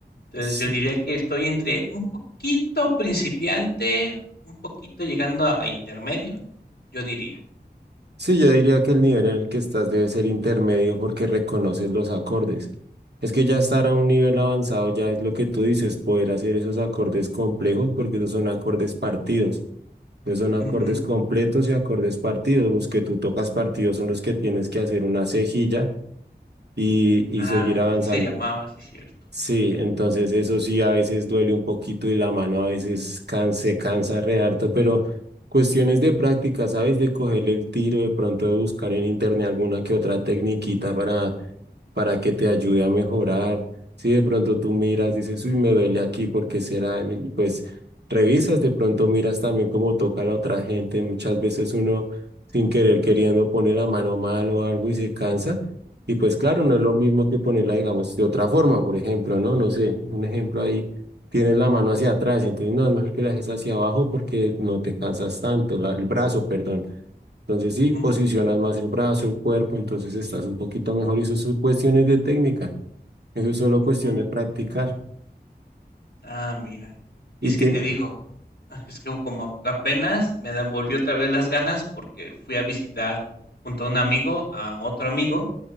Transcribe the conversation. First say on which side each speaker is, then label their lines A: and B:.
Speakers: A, on the left; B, on the right.
A: Entonces,
B: Sí,
A: yo diría que estoy entre un poquito principiante, un poquito llegando a, a intermedio, yo diría.
B: sí, yo diría que el nivel en el que estás debe ser intermedio porque reconoces los acordes. Es que ya estar a un nivel avanzado ya es lo que tú dices, poder hacer esos acordes complejos porque esos son acordes partidos. Esos son acordes
A: Ujú, ujú.
B: completos y acordes partidos. Los que tú tocas partidos son los que tienes que hacer una cejilla y, y
A: Ah,
B: seguir avanzando.
A: sí se llamaba, sí es cierto.
B: Sí, entonces eso sí a veces duele un poquito y la mano a veces can- se cansa re harto, pero cuestiones de práctica, ¿sabes? De cogerle el tiro, de pronto de buscar en internet alguna que otra tecniquita para, para que te ayude a mejorar. Si de pronto tú miras, dices, uy, me duele aquí, porque será? Y pues revisas, de pronto miras también cómo toca la otra gente. Muchas veces uno sin querer queriendo pone la mano mal o algo y se cansa. Y pues claro, no es lo mismo que ponerla, digamos, de otra forma, por ejemplo, ¿no? No sé, un ejemplo ahí, tienes la mano hacia atrás, entonces no, es mejor que la dejes hacia abajo porque no te cansas tanto, la- el brazo, perdón. Entonces sí,
A: Ujú,
B: posicionas más el brazo, el cuerpo, entonces estás un poquito mejor y eso son cuestiones de técnica, eso es solo
A: ujú.
B: cuestión de practicar.
A: Ah, mira.
B: Y
A: Y es
B: tiene...
A: que te digo, ah, es que como apenas me devolvió otra vez las ganas porque fui a visitar junto a un amigo, a otro amigo,